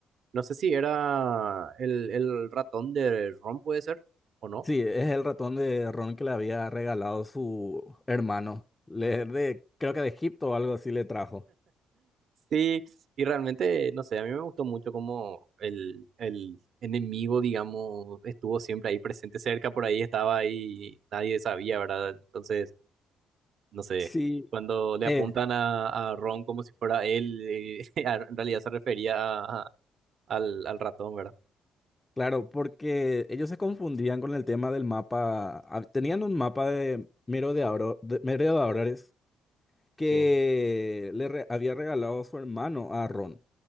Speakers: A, on the right; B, on the left.
A: No sé si era el, el ratón de Ron, puede ser, o no.
B: Sí, es el ratón de Ron que le había regalado su hermano. Le, de, creo que de Egipto o algo así le trajo.
A: Sí, y realmente, no sé, a mí me gustó mucho cómo el, el enemigo, digamos, estuvo siempre ahí presente cerca, por ahí estaba ahí, nadie sabía, ¿verdad? Entonces, no sé,
B: Sí.
A: cuando le
B: eh,
A: apuntan a, a Ron como si fuera él, eh, <laughs> a- en realidad se refería a- a- al, al ratón, ¿verdad?
B: Claro, porque ellos se confundían con el tema del mapa. ah, Tenían un mapa de merodeador- de Abro- de merodeadores que
A: Sí,
B: le re- había regalado su hermano a Ron.